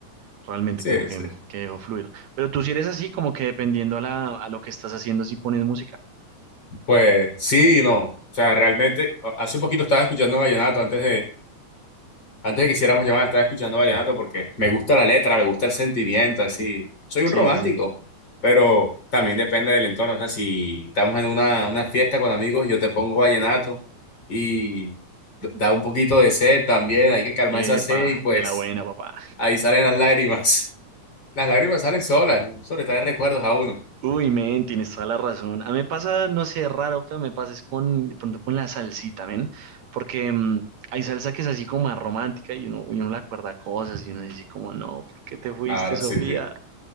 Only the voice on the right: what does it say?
Realmente
como que,
mm, que dejo fluir. Pero tú si eres así, como que dependiendo a, la, a lo que estás haciendo, si pones música.
Sí,
sí, sí.
Epa,
de la buena, papá.
Uy, men, tienes toda la razón. A mí me pasa, no sé, raro, pero me pasa es con, de pronto con la salsita, men, porque mm, hay salsa que es así como más romántica y uno, y uno le acuerda cosas y uno dice como, no, ¿por qué te fuiste,
Sofía?